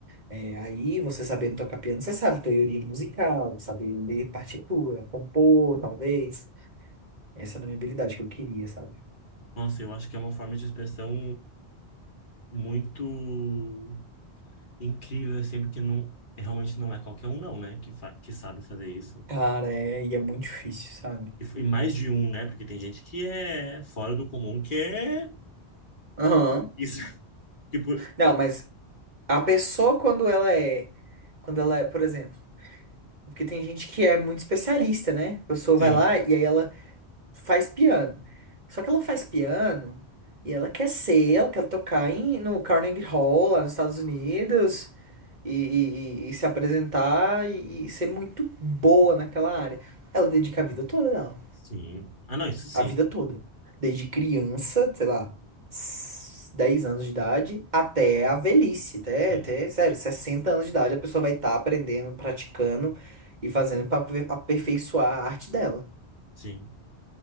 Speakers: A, on the right (about 45°); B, on the left (about 50°).
A: É, aí, você sabendo tocar piano, você sabe teoria musical, saber ler partitura, compor, talvez. Essa era a minha habilidade que eu queria, sabe?
B: Nossa, eu acho que é uma forma de expressão muito incrível, assim, porque não, realmente não é qualquer um, não, né, que, fa que sabe fazer isso.
A: Cara, é, e é muito difícil, sabe?
B: E, f- e mais de um, né, porque tem gente que é fora do comum, que é
A: Aham.
B: isso. <laughs> Tipo,
A: Não, mas A pessoa, quando ela é. Quando ela é, por exemplo. Porque tem gente que é muito especialista, né? A pessoa
B: sim,
A: vai lá e aí ela faz piano. Só que ela faz piano e ela quer ser, ela quer tocar em, no Carnegie Hall, lá nos Estados Unidos, e, e- e- e se apresentar e, e ser muito boa naquela área. Ela dedica a vida toda dela.
B: Sim. Ah, não, isso sim.
A: A vida toda. Desde criança, sei lá, s- 10 anos de idade, até a velhice, até,
B: Sim,
A: até, sério, 60 anos de idade, a pessoa vai estar aprendendo, praticando e fazendo para aperfeiçoar a arte dela.
B: sim,